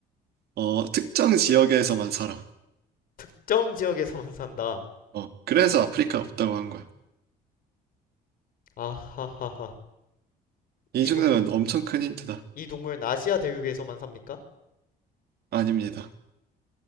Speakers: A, on the right; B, on the left.
A: 어, 특정 지역에서만 살아.
B: 특정 지역에서만 산다.
A: 어, 그래서 아프리카 없다고 한 거야.
B: 아하하하.
A: 이
B: 이
A: 정도면
B: 동물
A: 엄청 큰 힌트다.
B: 이 동물은 아시아 대륙에서만 삽니까?
A: 아닙니다.